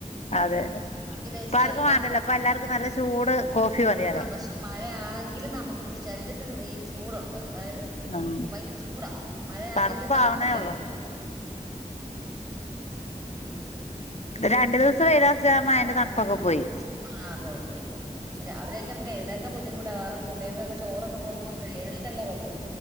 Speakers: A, on the left; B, on the right.
A: അതെ
B: വേണമെങ്കിൽ ലേസ്
A: ഇപ്പ ആർക്കും
B: കഴിക്കാം
A: വേണ്ടല്ലോ ഇപ്പ എല്ലാർക്കും നല്ല ചൂട് കോഫി മതിയല്ലോ
B: ആ പക്ഷെ മഴയാണെങ്കിലും നമുക്ക് ഇത് ശരീരത്തിന് ഈ ചൂടുണ്ട് അതായത്
A: ഉം
B: ഭയങ്കര ചൂടാ മഴയാന്നെങ്കി
A: തണുപ്പാവണേ
B: തണുപ്പില്ലല്ലൊ
A: ഉള്ളൂ
B: ഉം
A: രണ്ടു ദിവസം വെയ്ലൊറച്ച മയേന്റെ തണുപ്പൊക്കെ പോയി
B: ആഹ് പോയി പോയി പോയി പക്ഷെ രാവിലേക്കെ നമുക്ക് എഴുന്നേൽക്കാ ബദ്ധിമുട്ടാ കാരണം കുട്ടികൾകൊക്കെ ചോറക്ക കൊണ്ട് പോകുമ്പഴെ എഴുന്നേറ്റല്ലെ പ റ്റു